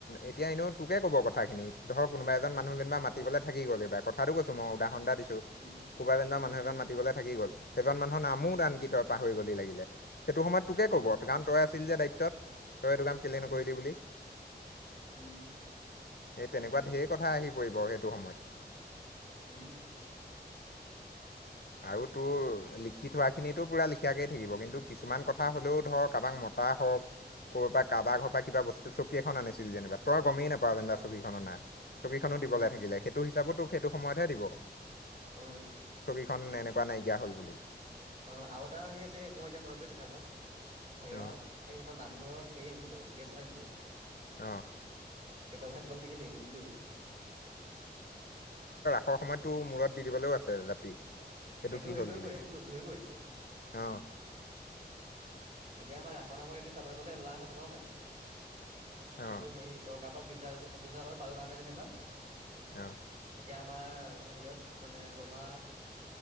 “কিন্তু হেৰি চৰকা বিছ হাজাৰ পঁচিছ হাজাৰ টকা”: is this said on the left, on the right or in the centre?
Right